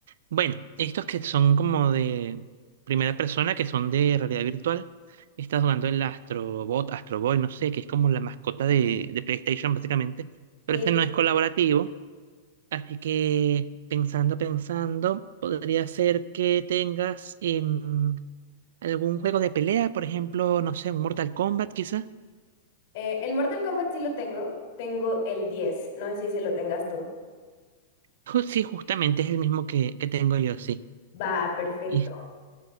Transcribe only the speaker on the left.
Sí.
Eh, el Mortal Kombat sí lo tengo. Tengo el diez No sé si ese lo tengas tú.
Va, perfecto.